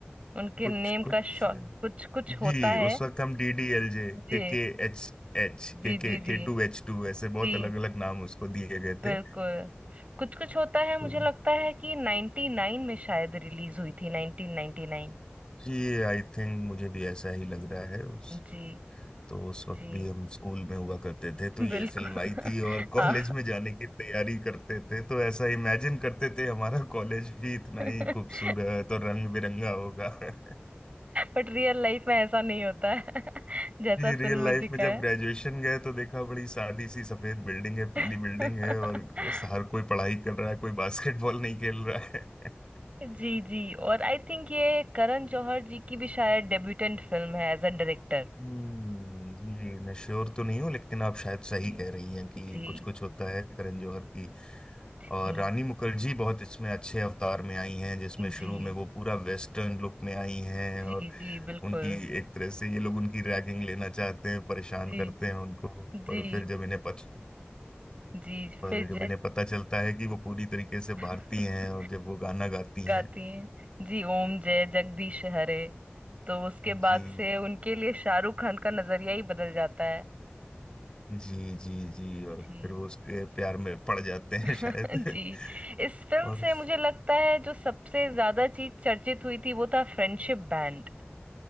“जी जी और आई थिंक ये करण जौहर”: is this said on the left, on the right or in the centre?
Right